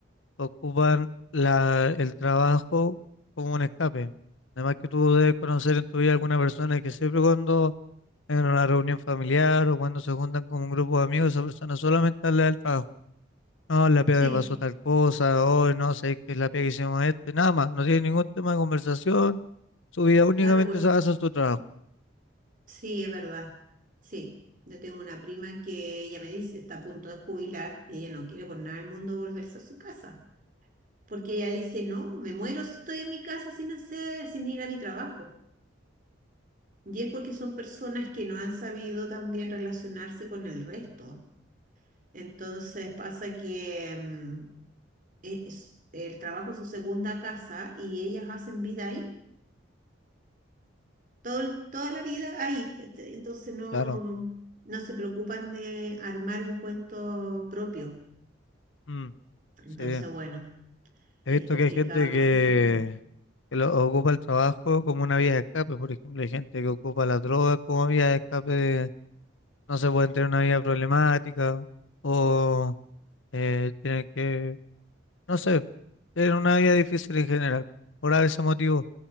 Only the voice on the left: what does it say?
ocupan la, el trabajo como un escape. Además que tú debes conocer en tu vida alguna persona que siempre cuando en una reunión familiar o cuando se juntan con un grupo de amigos, esa persona solamente habla del trabajo. No, la pega
me pasó tal cosa, hoy no sé qué es la pega que hicimos esto, y nada más, no tiene ningún tema de conversación, su vida únicamente
se basa en su trabajo,
claro.
mm,
sí,
he
visto
que hay gente
que,
que lo, ocupa el trabajo como una vía de escape, por ejemplo, hay gente que ocupa la droga como vía de escape, de no se pueden tener una vida problemática, o eh, tienen que, no sé, tener una vida difícil en general, por ese motivo.